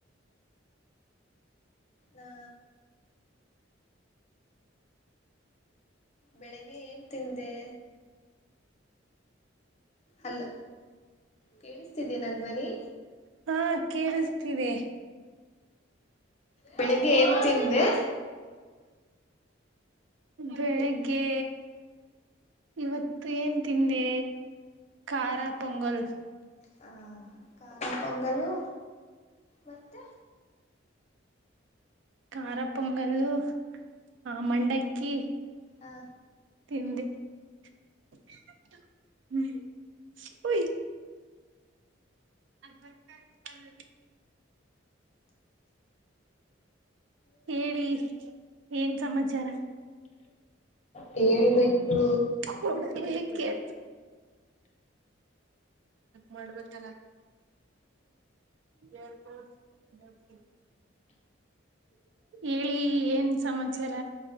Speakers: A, on the left (about 35°); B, on the right (about 70°).
A: ಹಾ ಬೆಳಿಗ್ಗೆ ಏನ್ ತಿಂದೆ ಅಲ್ಲ ಕೇಳಿಸ್ತಿದೀಯ ನನ್ ಧ್ವನಿ
B: ಹಾ ಕೇಳಿಸ್ತೀವಿ
A: ಬೆಳಿಗ್ಗೆ ಏನ್ ತಿಂದೆ
B: ಬೆಳಿಗ್ಗೆ ಇವತ್ತು ಏನ್ ತಿಂದೆ ಖಾರ ಪೊಂಗಲ್
A: ಹಾ ಖಾರ ಪೊಂಗಲು ಮತ್ತೆ
B: ಖಾರ ಪೊಂಗಲ್ಲ ಆ ಮಂಡಕ್ಕಿ
A: ಹಾ
B: ತಿಂದೆಮಯ ಅವರ್ಕಲ್ಲ ಹೇಳಿ ಏನ್ ಸಮಾಚಾರ
A: ಹೇಳ್ಬೇಕು
B: ಹಡ ಕನೆಕ್ಟ್ ಮಾಡ್ಬೇಕಲ್ಲ ಯ <unintelligible> ಹೇಳಿ ಏನ್ ಸಮಾಚಾರ